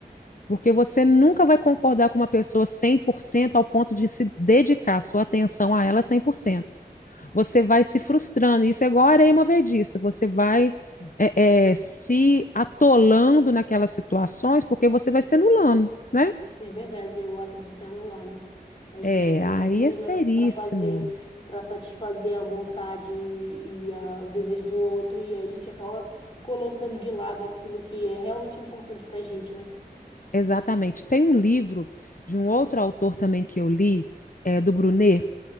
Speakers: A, on the left (about 55°); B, on the left (about 30°).
A: Porque você nunca vai concordar com uma pessoa 100% ao ponto de se dedicar sua atenção a ela cem por cento Você vai se frustrando. Isso é igual a areia movediça. Você vai é, é, se atolando naquelas situações porque você vai se anulando, né?
B: É verdade, é o ato de se anular, né? A gente
A: É, aí
B: anula
A: é seríssimo.
B: para fazer, para satisfazer a vontade e a- o desejo do outro, e aí a gente acaba colocando de lado aquilo que é realmente importante para a gente, né?
A: Exatamente. Tem um livro de um outro autor também que eu li, é, do Brunet.